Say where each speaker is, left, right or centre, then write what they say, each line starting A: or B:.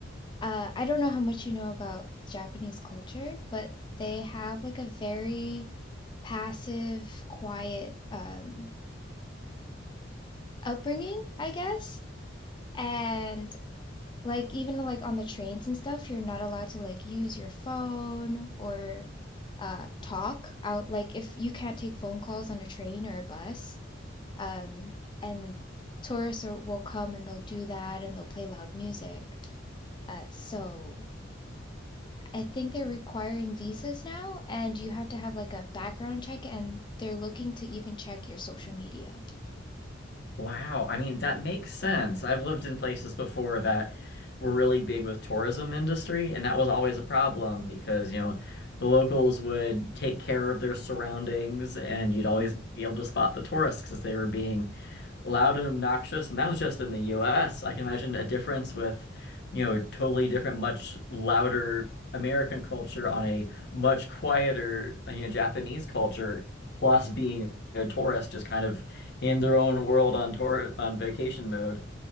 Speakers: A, on the left (about 25°); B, on the left (about 60°).
A: uh, I don't know how much you know about Japanese culture, but they have like a very passive, quiet um, upbringing, I guess. And like even like on the trains and stuff, you're not allowed to like use your phone or uh, talk out. Like if you can't take phone calls on a train or a bus. Um, and tourists are, will come and they'll do that and they'll play loud music. Uh, so I think they're requiring visas now, and you have to have like a background check, and they're looking to even check your social media.
B: Wow. I mean, that makes sense. I've lived in places before that were really big with tourism industry, and that was always a problem because, you know, the locals would take care of their surroundings and you'd always
A: Mhm.
B: be able to spot the tourists because they were being loud and obnoxious, and that was just in the US. I can imagine a difference with, you know, totally different, much louder American culture on a much quieter, you know, Japanese culture, plus being a tourist just kind of in their own world on tour on vacation mode.